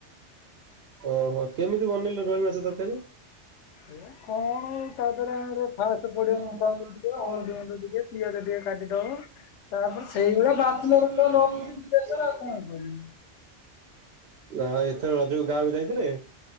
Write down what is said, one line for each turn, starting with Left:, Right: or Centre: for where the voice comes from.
Right: ଓହୋ କେମିତି ବନେଇଲେ ରୋହି ମାଛ ତରକାରୀ?
Left: ଏ କଣ ତା ଦେହରେ ଆମ ଫାଷ୍ଟ ପଡିବ ଲଙ୍କାଗୁଣ୍ଡ
Right: ଲଙ୍କା ଗୁଣ୍ଡ
Left: ଟିକେ ହଳଦିି
Right: ହଳଦୀ
Left: ଗୁଣ୍ଡ ଟିକେ ପିଆଜ ଟିକେ ଟିକେ କାଟିଦବ ତାପରେ
Right: ଆଉ
Left: ସେଇଭଳିଆ ବ୍ୟାଚଲ
Right: ବାଛିଲା ପିଲା
Left: ତ
Right: ରହୁଛି ବିଦେଶ
Left: କଣ
Right: ଆଉ
Left: କରିବି।
Right: ନା ଏଥର ରଜକୁ ଗାଁକୁ ଯାଇଥିଲେ?